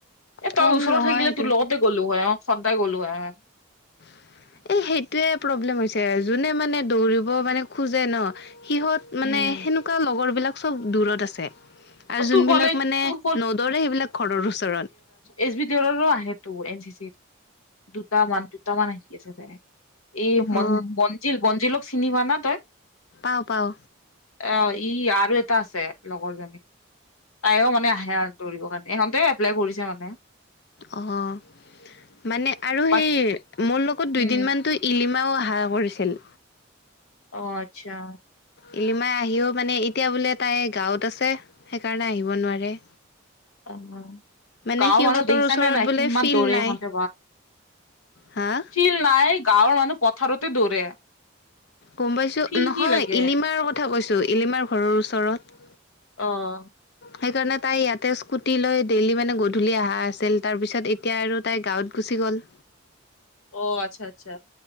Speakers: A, on the left; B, on the left.
A: এ, তই
B: কম
A: ওচৰত
B: নহয়
A: থাকিলে
B: এইটো
A: তোৰ লগত গ'লোঁ হয়, অ' চদাই গ'লোঁ হয়।
B: <inaudible> এই সেইটোৱে প্ৰব্লেম হৈছে, যোনে মানে দৌৰিব মানে খোজে ন' সিহঁত মানে
A: উম
B: সেনেকুৱা লগৰবিলাক চব দূৰত আছে। আৰু
A: অ
B: যোনবিলাক
A: তোৰ কলেজ
B: মানে
A: তোৰ
B: নদৰে সেইবিলাক ঘৰৰ ওচৰত।
A: এচ বি দেউলৰো আহেতো এন চি চিত, দুটামান দুটামান আহি আছে যে। এই মন
B: অ
A: মঞ্জিল মঞ্জিলক চিনি পোৱানা তই?
B: পাওঁ পাওঁ।
A: অ' ই আৰু এটা আছে লগৰজনী। তাইও মানে আহে আৰু দৌবৰ কাৰণে, সিহঁতে এপ্লাই কৰিছে মানে।
B: অ' মানে আৰু
A: বাকী
B: সেই মোৰ লগত দুইদিন
A: উম
B: মান তই ইলিমাও আহা কৰিছিল।
A: অ' আচ্ছা।
B: ইলিমাই আহিও মানে এতিয়া বোলে তাই গাঁৱত আছে। সেইকাৰণে আহিব নোৱাৰে।
A: অ
B: মানে
A: গাঁৱৰ
B: সিহঁতৰ
A: মানুহ দেখিছানে
B: ওচৰত
A: নাই
B: বোলে
A: কিমান
B: ফিল্ড
A: দৌৰে
B: নাই।
A: ইহঁতে
B: হা?
A: ফিল নাই, গাঁৱৰ মানুহ পথাৰতে দৌৰে।
B: গম পাইছোঁ,
A: ফিল্ড
B: নহয়
A: কি লাগে
B: ইলিমাৰ কথা কৈছোঁ, ইলিমাৰ ঘৰৰ ওচৰত।
A: অ'।
B: সেইকাৰণে তাই ইয়াতে স্কুটি লৈ ডেইলি মানে গধূলি আহা আছিল তাৰপিছত এ এতিয়া আৰু তাই গাঁৱত গুচি গ'ল।
A: অ' আচ্ছা আচ্ছা,